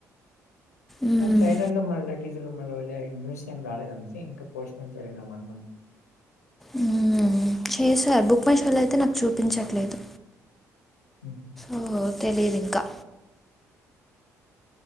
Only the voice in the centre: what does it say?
మ్మ్.
ఉమ్ చేశారు, బుక్ మై షోలో అయితే నాకు చూపించట్లేదు.
ఓ తెలిదు ఇంకా,